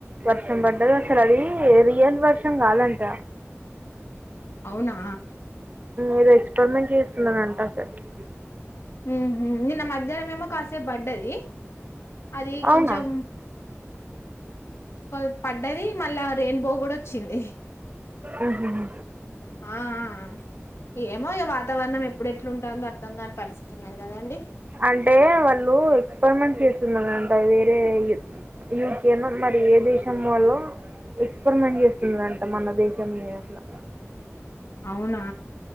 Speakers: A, on the right; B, on the left.
A: వర్షం పడ్డది, అసల్ అది రియల్ వర్షం కాదంట.
B: అవునా.
A: ఏదో ఎక్స్పరిమెంట్ చేస్తున్నరాంట, అసల్ కి.
B: ఉహు. నిన్న మధ్యాహ్నం ఏమో కాసేపు బడ్డది. అది కొంచెం,
A: అవునా
B: కొల్ పడ్డది. మళ్ళా రెయిన్బో గుడా ఓచ్చింది.
A: ఉ హు హు.
B: ఆ ఆ ఆ ఏమో ఇగ, వాతావరణం ఎప్పుడెట్లా ఉంటదో అర్ధం కాని పరిస్థితి ఉన్నది కదండి.
A: అంటే వాళ్ళు ఎక్స్పరిమెంట్ చేస్తున్నారాంట. వేరే యు యూకే నో మర్, ఏ దేశం వాళ్ళో ఎక్స్పరిమెంట్ చేస్తుందట, మన దేశం మీద అట్లా.
B: అవునా.